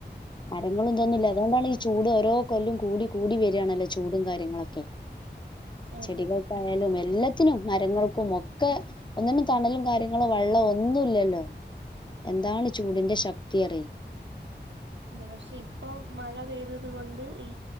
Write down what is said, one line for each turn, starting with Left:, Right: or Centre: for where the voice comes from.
Left: മരങ്ങളു ഇതോന്നുല്ല
Right: ഉം,
Left: അതുകൊണ്ടാണ് ഈ ചൂ ചൂട് ഓരോ കൊല്ലും കൂടി കൂടി വരാണല്ലോ ചൂടും കാര്യങ്ങളെക്കെ
Right: അതെ
Left: ചെടികൾക്കായാലും എല്ലത്തിനും മരങ്ങൾക്കും ഒക്ക ഒന്നിനും തണലും കാര്യങ്ങളോ വെള്ളോ ഒന്നുല്ലല്ലോ എന്താണ് ചൂടിന്റെ ശക്തിയറി
Right: അതെ പക്ഷെ ഇപ്പം മഴ പെയ്തത് കൊണ്ട് ഈ